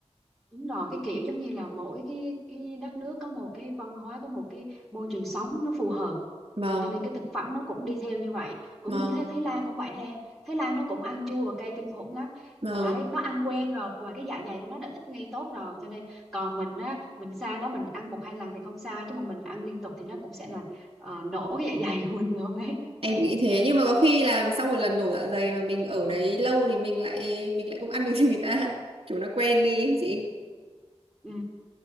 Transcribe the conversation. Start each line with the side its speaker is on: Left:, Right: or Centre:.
Centre: đúng rồi cái kiểu giống như là mỗi cái cái đất nước có một cái văn hóa có một cái môi trường sống nó phù hợp
Right: Vâng,
Centre: cho nên cái thực phẩm nó cũng đi theo như vậy cũng
Right: vâng,
Centre: như thế Thái Lan cũng vậy đó em Thái Lan nó cũng ăn chua và cay kinh khủng lắm
Right: vâng.
Centre: đấy nó ăn quen rồi và cái dạ dày của nó đã thích nghi tốt rồi cho nên còn mình á mình sang đó mình ăn một hai lần thì không sao chứ mà mình ăn liên tục thì nó cũng sẽ là ờ, nổ cái dạ dày của mình luôn ấy
Right: Em nghĩ thế nhưng mà có khi làm sau một lần nổ dạ dày mà mình ở đấy lâu thì mình lại mình lại không ăn được như người ta. <laughs> Chúng nó quen đi ấy, chị.
Centre: Ừ,